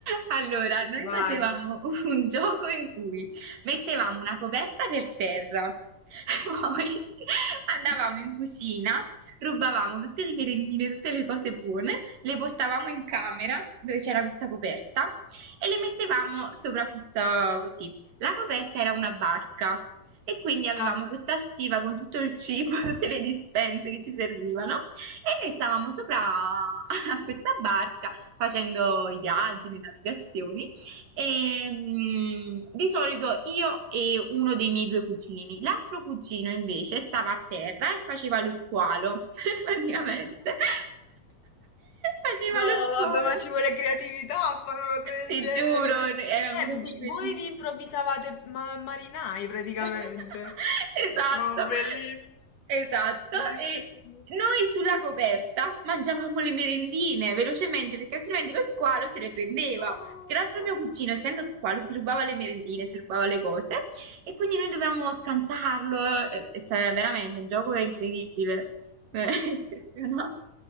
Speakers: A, on the right; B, on the left.
A: Allora, noi
B: Vai.
A: facevamo un gioco in cui mettevamo una coperta per terra, <laughs> poi andavamo
B: <laughs>
A: in cucina, rubavamo tutte le merendine, tutte le cose buone, le portavamo in camera dove c'era questa coperta e le mettevamo sopra questa così. La coperta era una barca e quindi avevamo
B: Ah.
A: questa stiva con tutto il cibo, <laughs> tutte le dispense che ci servivano e noi stavamo sopra a questa barca facendo i viaggi, le navigazioni e mm, di solito io e uno dei miei due cugini. L'altro cugino invece stava a terra e faceva lo squalo, <laughs> praticamente. <laughs> Faceva
B: No,
A: lo squalo.
B: vabbè, ma ci vuole creatività a fare una cosa del
A: Ti
B: genere.
A: giuro, era
B: Cioè,
A: un gioco
B: di-
A: bellissimo.
B: voi vi improvvisavate ma- marinai praticamente.
A: <laughs> Esatto,
B: Ma bellissimo,
A: esatto.
B: bellissimo.
A: E noi sulla coperta mangiavamo le merendine velocemente perché altrimenti lo squalo se le prendeva.
B: Oh.
A: Perché l'altro mio cugino, essendo squalo, si rubava le merendine, si rubava le cose e quindi noi dovevamo scansarlo. Eh, È sta- veramente un gioco incredibile, Eh, <laughs> eccezionale.